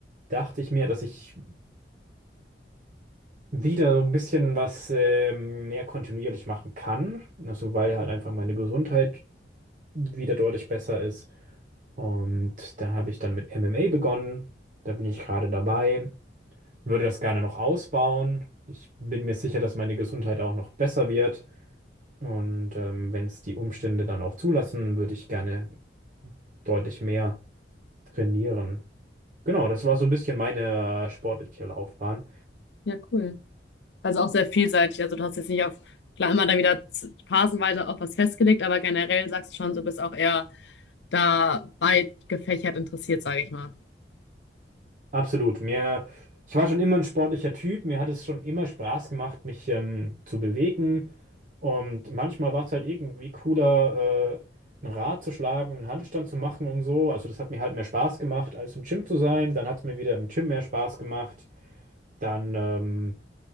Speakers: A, on the right; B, on the left.
A: dachte ich mir, dass ich wieder so ein bisschen was ähm, mehr kontinuierlich machen kann. Also, weil halt einfach meine Gesundheit wieder deutlich besser ist. Und da habe ich dann mit MMA begonnen. Da bin ich gerade dabei. Würde das gerne noch ausbauen. Ich bin mir sicher, dass meine Gesundheit auch noch besser wird. Und ähm, wenn es die Umstände dann auch zulassen, würde ich gerne deutlich mehr trainieren. Genau, das war so ein bisschen meine äh, sportliche Laufbahn.
B: Ja, cool. Also auch sehr vielseitig. Also du hast jetzt nicht auf, klar, immer dann wieder z- phasenweise auf was festgelegt, aber generell sagst du schon, du bist auch eher da weit gefächert interessiert, sage ich mal.
A: Absolut. Mir, ich war schon immer ein sportlicher Typ. Mir hat es schon immer Spaß gemacht, mich ähm, zu bewegen. Und manchmal war es halt irgendwie cooler, äh, ein Rad zu schlagen, einen Handstand zu machen und so. Also das hat mir halt mehr Spaß gemacht, als im Gym zu sein. Dann hat es mir wieder im Gym mehr Spaß gemacht. Dann ähm,